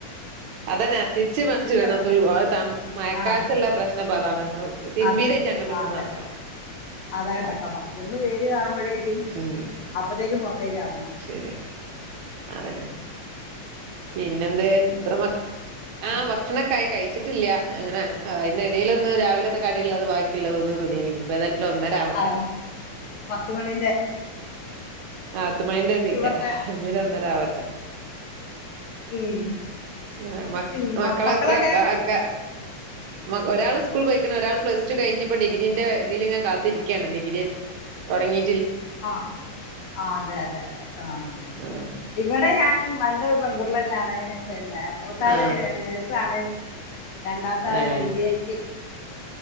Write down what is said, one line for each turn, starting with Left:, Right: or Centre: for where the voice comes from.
Right: അതന്നെ. തിരിച്ച് മറിച്ച് ഇടണം
Left: കിടക്കല്ലേ
Right: തു തൺ മഴക്കാലത്തുള്ള
Left: ആ
Right: പ്രശ്നം ഇപ്പതാണ്. തിരുമ്പീടെറ്റ
Left: അതന്നെ
Right: അങ്ങോട്ടിങ്ങോട്ടും
Left: ആ, അതെ
Right: നടക്കണം.
Left: അതാ നടക്കണം ഒന്ന് വേൽ കാണുമ്പോഴേക്കും
Right: ഉം
Left: അപ്പോത്തേക്കും പുറ ത്തേ ചാടണം.
Right: ശരിയ അതന്നെ. പിന്നെ എന്ത് എത്ര മക്ക ആഹ്
Left: ഉം.
Right: ഭക്ഷണൊ ക്കായി കഴിച്ചിട്ടില്ല അങ്ങന അതിന്റെ ഇടേലൊന്ന് രാവിലത്തെ കടി ഉള്ളത് ബാക്കിയുള്ളത് തിന്നിനി ഇനീപ്പേതായ ലു ഒന്നരാവട്ടെ.
Left: ആ പത്ത് മണിന്റെ
Right: ആത്ത്മയ്ന്റെ തീറ്റ.
Left: ഇവിടുത്തെ
Right: ഇനിയൊരു ഒന്നരാവട്ടെ.
Left: ഉം.
Right: ഏഹ് മ
Left: ഈ മ-
Right: മക്കളത്ര
Left: മക്കളൊക്കെ
Right: ർക്ക ർക്ക? മ ഒരാൾ സ്കൂൾ പോയിക്കണ് ഒരാൾ പ്ലസ് ടു കഴിഞ്ഞപ്പോ ഡിഗ്രീന്റെ ഇതിൽങ്ങാ കാത്തിരിക്കുകയാണ് ഡിഗ്രി തുടങ്ങി
Left: ആഹ് ആഹ് അതെയതെയതെ ആഹ്
Right: ആഹ്
Left: ഇവിടെ ഞാൻ രണ്ട് പെൺകുട്ടികൾ തന്നെയാണ് പിന്നെ മൂത്താള്
Right: ആഹ്
Left: നേഴ്സാണ്, രണ്ടാമത്തെ ആള്
Right: ഏഹ്
Left: ഡിഗ്രി കഴിഞ്ഞ്